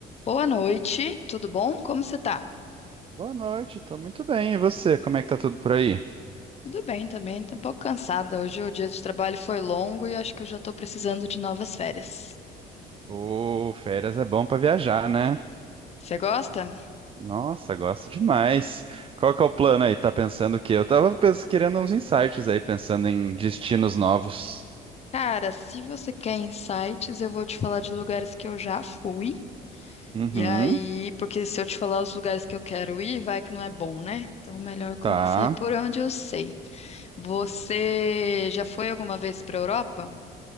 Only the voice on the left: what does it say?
Boa noite, tudo bom? Como você tá?
Tudo bem também, tô um pouco cansada. Hoje o dia de trabalho foi longo e acho que eu já tô precisando de novas férias.
Você gosta?
Cara, se você quer insights, eu vou te falar de lugares que eu já fui.
E aí, porque se eu te falar os lugares que eu quero ir, vai que não é bom, né? Então, melhor começar
por onde eu sei. Você já foi alguma vez para Europa?